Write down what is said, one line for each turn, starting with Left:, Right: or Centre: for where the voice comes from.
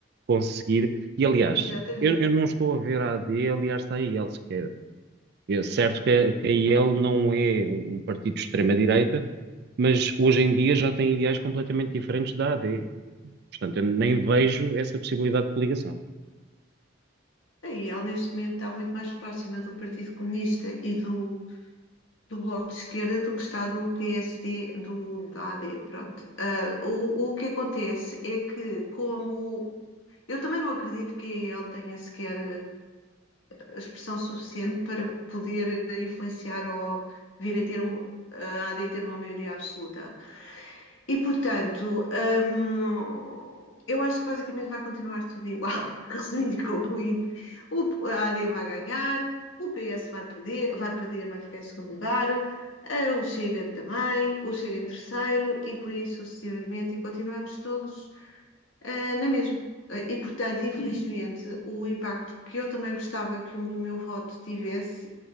Right: conseguir. E aliás,
Left: exatamente.
Right: eu, eu não estou a ver a AD aliás à IEL sequer. É certo que a, que a IEL não é um, um partido de extrema-direita, mas hoje em dia já tem ideais completamente diferentes da A D Portanto, eu nem vejo essa possibilidade de coligação.
Left: Aí ela neste momento está muito mais próxima do Partido Comunista e do do Bloco de Esquerda do que está do PSD, do, da AD, pronto. Ah, o, o que acontece é que, como... Eu também não acredito que ele tenha sequer ah, expressão suficiente para poder influenciar ou vir a ter um, a AD ter uma maioria absoluta. E portanto, hum, eu acho que basicamente vai continuar tudo igual, <laughs> resumindo e concluindo. O, a AD vai ganhar, o PS vai perder, vai perder, vai ficar em segundo lugar, eh, o Chega também, o Chega em terceiro e por aí sucessivamente, e continuamos todos eh, na mesma. Eh, E portanto, infelizmente, o impacto que eu também gostava que o meu voto tivesse,